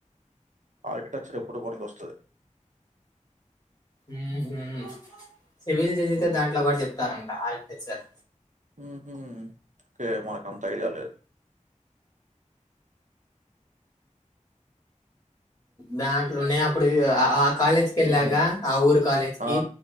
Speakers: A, on the right; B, on the left.
A: ఆర్కిటెక్చర్ ఎప్పుడు పనికొస్తది.
B: ఊ హూ. సివిల్ చేసేసైతే
A: అది.
B: దాంట్లో కూడ చెప్తారం ఆర్కిటెక్చర్
A: ఊహూ. ఏమో నాక్ అంత ఐడియా లేద్.
B: దాంట్లోనే అప్ అప్పుడిగా ఆ ఆ కాలేజ్కి ఎల్లాగా
A: హ్మ్.
B: ఆ ఊరు కాలేజ్కి.
A: ఆ!